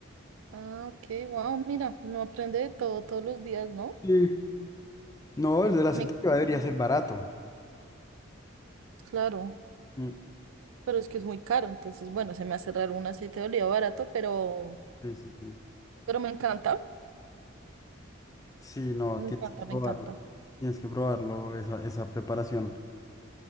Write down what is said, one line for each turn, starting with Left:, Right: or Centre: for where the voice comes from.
Right: Ah, ok, wow, mira, uno aprende de todo todos los días, ¿no?
Left: Sí. No, el del aceite
Right: Me encanta.
Left: de oliva debería ser barato.
Right: Claro,
Left: Mm,
Right: pero es que es muy caro, entonces, bueno, se me hace raro un aceite de oliva barato, pero,
Left: sí, sí, sí.
Right: pero me encanta,
Left: Sí, no,
Right: me
Left: tienes
Right: encanta,
Left: que probarlo.
Right: me encanta.
Left: Tienes que probarlo, esa, esa preparación.